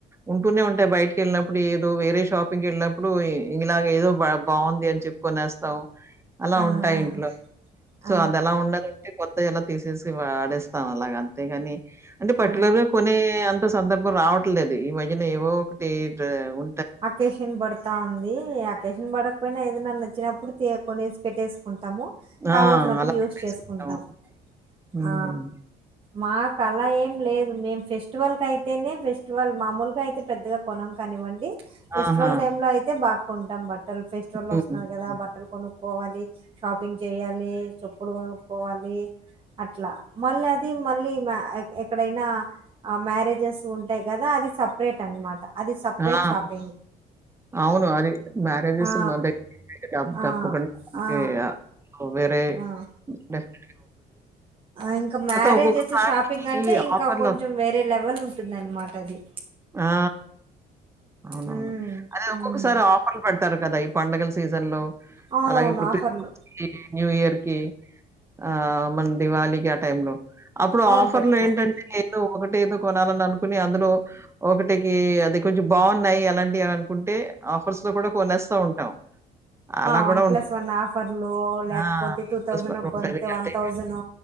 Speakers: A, on the right (about 15°); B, on the right (about 30°).
A: ఉంటూనే ఉంటాయి బయటకి వెళ్ళినప్పుడు ఏదో వేరే షాపింగ్ వెళ్ళినప్పుడు ఇంగ ఇలాగే ఏదో బాగుంది అని చెప్పుకొనేస్తాం అలా
B: ఆ! ఆ!
A: ఉంటాయి ఇంట్లో
B: ఆ
A: సో అది ఎలా ఉన్నది అంటే మో దా అలా తీసేసి వాడేస్ ఆ అలా అంతే కానీ అంటే పర్టికులర్
B: ఆ
A: గా కొనే అంత సందర్ రావట్లేదు ఈ మధ్య ఏవో ఒకటి డా ఉ
B: అకేషన్ పడతా ఉంది అకేషన్ పడకపోయినా ఏద నన్న వచ్చినప్పుడు తీయకునేసి పెట్టేసుకుంటాము కావల్సినప్పుడు
A: ఆ! అలా
B: యూస్
A: పెట్టేసుకుంటాం.
B: చేసుకుంటాం
A: హ్మ్.
B: ఆ మాకు అలా ఏం లేదు మేము ఫెస్టివల్ కయితేనే ఫెస్టివల్ మామూలుగా అయితే పెద్దగా కొనం కానివ్వండి ఫెస్టివల్
A: ఆహా!
B: టైమ్ లో అయితే బా కుంటం బ తల్ ఫెస్టివల్
A: హ్మ్.
B: వస్తున్నారు
A: హ్మ్.
B: కదా బట్టలు కొను కొనుక్కోవాలి షాపింగ్ చేయాలి చెప్పులు కొనుక్కోవాలి అట్లా మళ్ళీ అది మళ్ళీ ఎక్కడైనా మ్యారేజ్ ఉంటాయి కదా అది సపరేట్ అనమాట అది సపరేట్
A: ఆ!
B: షాప్
A: అవును అది మ్యారేజెస్
B: ఆ
A: డిఫరెంట్ చెయ్యాలి
B: ఆ
A: తప్పకుండా
B: ఆ
A: వేరే
B: ఆ
A: చెప్పు
B: ఇంకా మ్యారేజెస్
A: ఒక్కొక్కసారి
B: షాపింగ్ అంటే
A: ఈ
B: ఇంకా
A: ఆఫర్‌లో
B: కొంచెం వేరే లెవెల్ ఉంటుంది అన్నమాట అది
A: ఆ! అవునవును
B: హ్మ్
A: అదే
B: హ్మ్
A: ఒక్కొక్కసారి ఆఫర్లు పడతారు కదా పండుగల సీజన్లో
B: అవునవును
A: అలాగే పృథీ
B: ఆఫర్లు
A: కి న్యూ ఇయర్ కి ఆ మన దీవాలి కి ఆ టైమ్ లో అప్పుడు
B: అవును
A: ఆఫర్లు
B: పెడతారు
A: ఏంటంటే ఏదో ఒకటి ఏదో కొనాలని అనుకుంటారు అనుకొని అందులో ఒకటికి అది కొంచెం బాగున్నాయి అలాంటివి అని అనుకుంటే ఆఫర్స్ లో కూడా కొనేస్తా ఉంటాం అలా
B: వన్
A: కూడా
B: ప్లస్
A: ఉం
B: వన్ ఆఫర్లు లేకపోతే
A: ఆ!
B: టూ
A: ప్లస్
B: థౌజండ్ ఒక
A: ఉంటది.
B: కొంతే
A: అదే
B: వన్ థౌజండ్